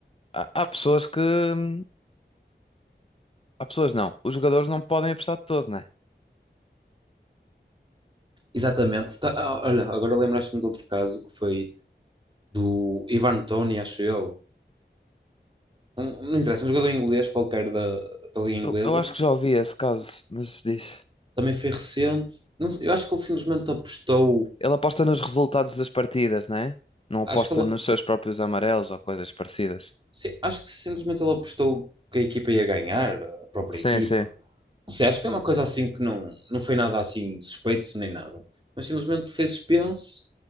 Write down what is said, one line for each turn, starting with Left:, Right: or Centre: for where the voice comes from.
Left: há, há pessoas que. hum, Há pessoas não. Os jogadores não podem apostar de todo, né?
Right: Exatamente. Tá- ah, olha, agora lembraste-me de outro caso que foi do Ivan Toney, acho eu. Um- não interessa, um jogador inglês qualquer da, da Liga
Left: Eu,
Right: Inglesa
Left: eu acho que já ouvi esse caso, mas diz.
Right: também foi recente. Não sei, eu acho que ele simplesmente apostou.
Left: Ele aposta nos resultados das partidas, né? Não aposta
Right: Acho que, ele,
Left: nos seus próprios amarelos ou coisas parecidas.
Right: sim, acho que simplesmente ele apostou que a equipa ia ganhar, a própria
Left: Sim,
Right: equipa.
Left: sim.
Right: Não sei, acho que foi uma coisa assim que não, não foi nada assim suspeito nem nada. Mas simplesmente fez suspense